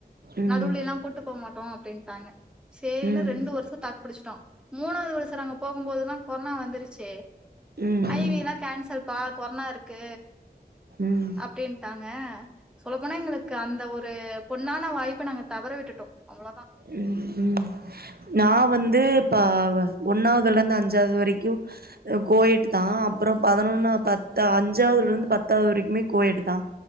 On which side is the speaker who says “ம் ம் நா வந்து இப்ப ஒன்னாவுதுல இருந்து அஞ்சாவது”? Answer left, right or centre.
Right